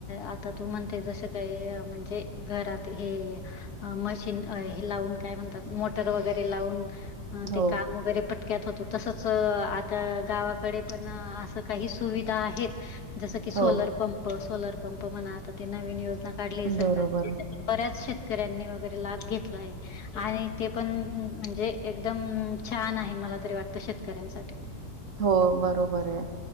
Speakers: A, on the left; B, on the right.
A: आता तू म्हणते जसं काही म्हणजे घरात हे. मशीन हे लावून काय म्हणतात मोटर वगैरे लावून
B: हो,
A: ते काम वगैरे पट तसच आता गावाकडे पण अस काही सुविधा आहेत. जसं की सोलर
B: हो.
A: पंप सोलर पंप म्हणा आता ते नवीन योजना काढलीय सरकार.
B: बरोबर.
A: बऱ्याच शेतकऱ्यांनी वगैरे लाभ घेतला आहे आणि ते पण म्हणजे एकदम छान आहे मला तरी वाटतं शेतकऱ्यांसाठी
B: हो बरोबर आहे